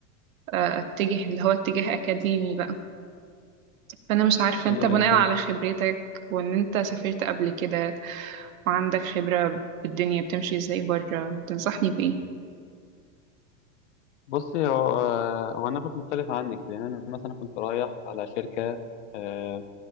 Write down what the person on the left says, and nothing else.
ايوه
ايوه فهمت
بصي هو آه، هو انا كنت مختلف عنك لان انا مثلا كنت رايح على شركه آه،